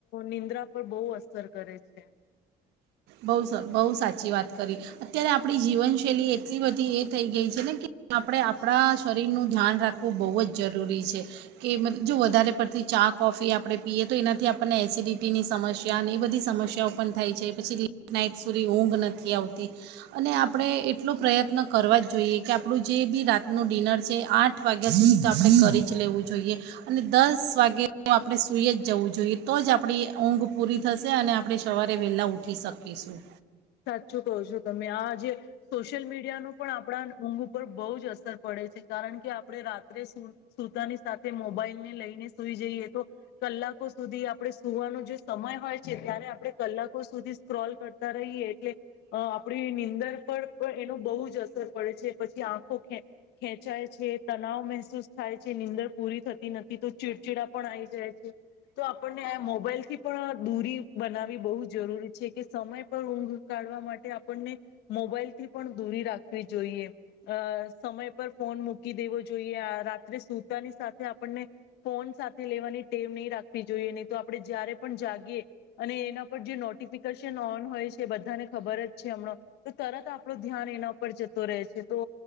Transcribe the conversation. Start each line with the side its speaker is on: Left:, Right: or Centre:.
Left: નિંદ્રા પર બહુ અસ કરે છે.
Right: બહુ બહુ સાચી વાત કરી, અત્યારે આપણી જીવનશૈલી એટલી બધી એ થઈ ગઈ છે ને કે આપણે આપણા શરીરનું ધ્યાન રાખવું બવજ જરૂરી છે, કે જો વધારે પડતી ચા કોફી આપણે પીએ તો એનાથી આપણને એસિડિટીની સમસ્યા અને એ બધી સમસ્યાઓ પણ થાય છે પછી નાઇટ સુધી ઊંઘ નથી આવતી, અને આપણે એટલો પ્રયત્ન કરવા જ જોઈએ કે આપણું જે બી રાતનું ડિનર છે આઠ વાગ્યા સુધી તો આપણે કરી જ લેવું જોઈએ, અને દસ વાગ્યા આપણે સુઈએ જ જવું જોઈએ તો જ આપણી ઊંઘ પૂરી થશે અને આપણે સવારે વેલા ઊઠી શકીશું. પીસું.
Left: સાચું કહો છો તમે આ જેે, સોશિયલ મીડિયા નું પણ આપણા ઊંઘ ઉપર બહુ જ અસર પડે છે કારણ કે, આપણે રાત્રે સુતાની સાથે મોબાઈલને લઈને સુઈ જઈએ તો, કલાકો સુધી આપણે સુવાનો જે સમય હોય છે ત્યારે આપણે કલાકો સુધી સ્ક્રોલ કરતા રહીએ. એટલે, આપણી નીંદર પર પણ એનો બહુ જ અસર પડે છે પછી આંખો ખેંચાય છે, તનાવ મહેસૂસ થાય છે નીંદર પૂરી થતી નથી તો ચીડચીડા પણ આવી જાય છે, તો આપણને આ મોબાઈલથી પણ દૂરી બનાવી બહુ જરૂરી છે કે સમય પર ઊંઘ કાઢવા માટે આપણને, મોબાઈલ થી પણ દૂરી રાખવી જોઈએ, અ સમય પર ફોન મૂકી દેવો જોઈએ આ રાત્રે સુતાની સાથે આપણને, ફોન સાથે લેવાની ટેવ નહીં રાખવી જોઈએ નહી તો આપણે જયારે પણ જાગીએ, અને એના પર જે નોટિફિકેશન ઓન હોય છેા બધાને ખબર જ છે હમણાં, તો તરત આપણું ધ્યાન એના ઉપર જતો રહે છે તો,